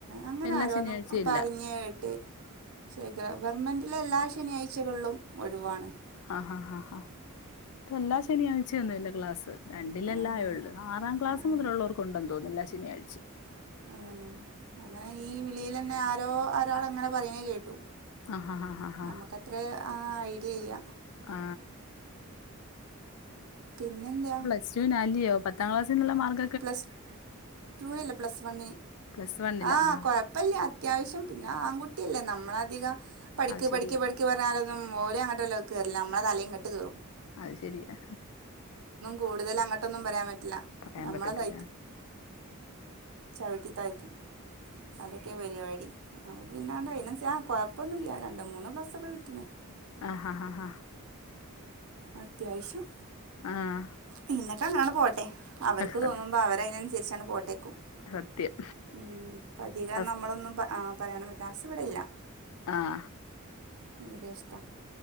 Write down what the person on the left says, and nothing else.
എല്ലാ
ശനിയാഴ്ചയും ഇല്ല
ആ ആ ആ ഹാ എല്ലാ ശനിയാഴ്ചയൊന്നുംല്ല ക്ലാസ്. രണ്ടിലല്ലേ
ആയൊള്ളു. ആറാം ക്ലാസ്
മുതലുള്ളവർക്കുണ്ടെന്ന് തോന്നുന്ന് എല്ലാ ശനിയാഴ്ചകളിലും.
ആ ഹാ ആ ആ ആ
ആ
പ്ലസ്ടു ലാല്യോ പത്താം ക്ലാസിലുള്ള മാർക്ക്
പ്ലസ് വണ്ണില്
ആ
അത് ശരിയാ
അയ് ശെരിയാ
പറയാൻ
പറ്റത്തില്ല
ആഹ്
ആഹ്
സത്-
സത്യം
ഹസ്
ആഹ